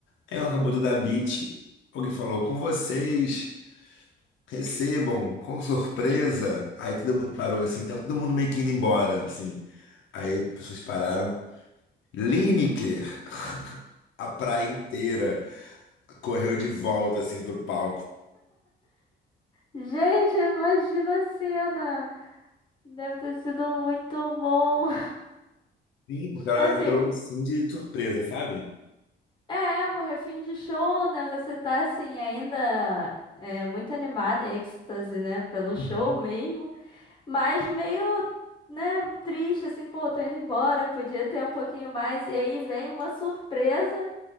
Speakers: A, on the left (about 80°); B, on the left (about 25°).
A: Ela acabou de dar beat. Alguém falou com vocês, recebam com surpresa. Aí todo mundo parou assim, tava todo mundo meio que indo embora, assim. Aí as pessoas pararam. Lineker, <laughs> a praia inteira, correu de volta assim pro palco.
B: Gente, imagina a cena. Deve ter sido muito bom.
A: Sim, porque ela
B: <laughs> Assim,
A: entrou assim de surpresa, sabe?
B: É, porque fim de show, né? Você tá assim, ainda é, muito animada, em êxtase, né? Pelo show
A: Uhum.
B: mesmo, mas meio, né, triste, assim, pô, tô indo embora, podia ter um pouquinho mais. E aí vem uma surpresa.